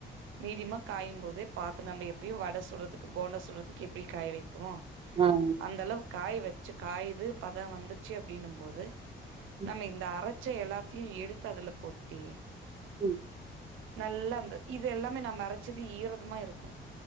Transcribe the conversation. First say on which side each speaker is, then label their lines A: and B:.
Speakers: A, on the right; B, on the right.
A: மீடியமா காயும்போது பாத்து நம்ம எப்பாயு வட சுட்றதுக்கு போண்டா சுட்றதுக்கு எப்படி காய வெக்குவோ
B: நான்
A: அந்த அளவுக்கு காய வச்சு காயுது பதம் வந்துச்சு அப்டின்னும் போது
B: ம்.
A: நம்ம இந்த அர ச்ச எல்லாத்தையு எடுத்து அதுல கொட்டி
B: உம்
A: நல்லா அந்த இதெல்லாமே நம்ம அரச்சது ஈரதமா இருக்கு